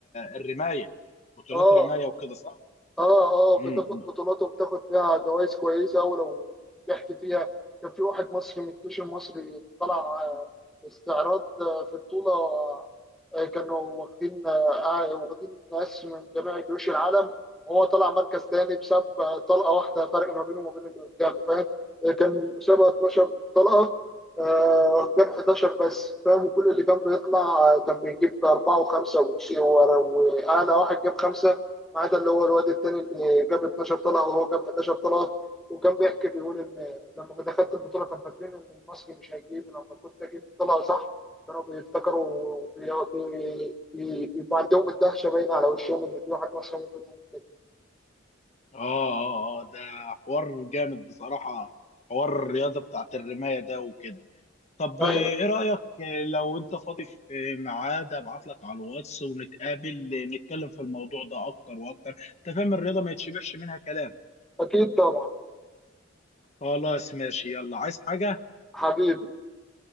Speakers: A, on the left; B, in the centre.
A: الرماية بطولات
B: اه
A: رماية وكده صح؟
B: اه اه
A: امم
B: بتاخد بطولات وبتاخد فيها جوائز كويسه ولو نجحت فيها كان في واحد مصري من الجيش المصري طلع آه، استعراض آه، في بطوله آه، كانوا واخدين آه، آه، واخدين ناس من جميع جيوش العالم وهو طلع مركز تاني بسبب آه، طلقه واحده فرق ما بينه وما بين اللي قدامه فاهم آه، كان المسابقه 12 طلقه آه، قدام 11 بس فاهم وكل اللي كان بيطلع آه، كان بيجيب اربعه وخمسه وشي- واعلى واحد جاب خمسه ما عدا اللي هو الواد التاني اللي جاب 12 طلعه وهو جاب 11 طلعه وكان بيحكي بيقول ان لما دخلت البطوله كان فاكرين ان المصري مش هيجيب لما كنت اجيب طلعه صح كانوا بيفتكروا وبي- بي- بي- بيبقى عندهم الدهشه باينه على وشهم ان في واحد مصري ممكن يعمل كده
A: اه اه اه ده حوار جامد بصراحة حوار الرياضة بتاعت الرماية ده وكده طب
B: ايوه
A: آه، ايه رأيك آه، لو انت فاضي في آه، ميعاد ابعت لك على الواتس ونتقابل آه، نتكلم في الموضوع ده اكتر واكتر انت فاهم الرياضة ما يتشبعش منها كلام
B: اكيد طبعا
A: خلاص ماشي يلا عايز حاجة
B: حبيبي